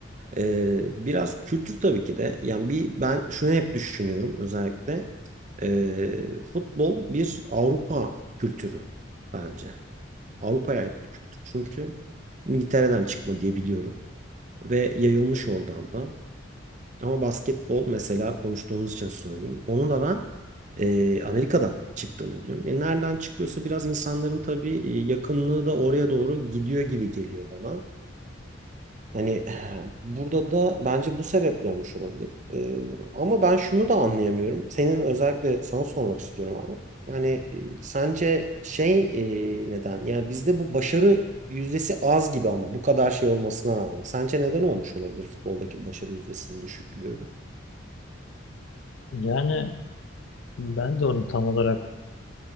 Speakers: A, on the right; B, on the left.
A: Ee, biraz kültür tabii ki de. Yani bir ben şunu hep düşünüyorum özellikle. Ee, futbol bir Avrupa kültürü bence. Avrupa'ya ait bir kültür. Çünkü İngiltere'den çıkma diye biliyorum. Ve yayılmış oradan da. Ama basketbol mesela konuştuğumuz için söyleyeyim. Onu da ben e, Amerika'da çıktığını biliyorum. E, nereden çıkıyorsa biraz insanların tabii e, yakınlığı da oraya doğru gidiyor gibi geliyor bana. Hani <sighs> burada da bence bu sebeple olmuş olabilir. Ee, ama ben şunu da anlayamıyorum. Senin özellikle sana sormak istiyorum abi. Yani e, sence şey e, neden? Yani bizde bu başarı yüzdesi az gibi ama bu kadar şey olmasına rağmen. Sence neden olmuş olabilir futboldaki başarı yüzdesinin düşüklüğü?
B: Yani ben de onu tam olarak